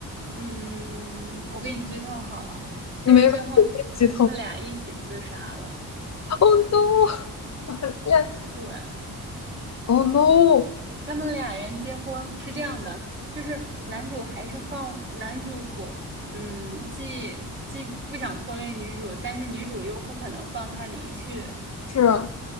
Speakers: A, on the right; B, on the left.
A: 嗯，我给你剧透好了，
B: 你没把我被剧透
A: 就是最后他们俩一起自杀了。
B: ？Oh no！<laughs> 天
A: 对，
B: ！Oh no！
A: 他们俩人结婚是这样的，就是男主还是放男主，嗯，既既不想拖累女主，但是女主又不可能放他离去，
B: 是啊，